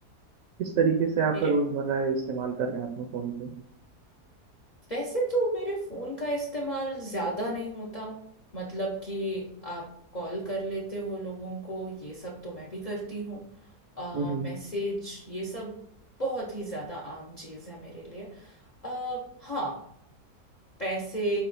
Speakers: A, on the right; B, on the left.
A: किस तरीके से आप
B: मेरे
A: रोजमर्रा इस्तेमाल कर रहे हैं अपने फोन को
B: वैसे तो मेरे फोन का इस्तेमाल ज्यादा नहीं होता मतलब कि आप कॉल कर लेते हो लोगों को ये सब तो मैं भी करती हूँ आ,
A: हम्म
B: मैसेज ये सब बहुत ही ज्यादा आम चीज है मेरे लिए अ हाँ पैसे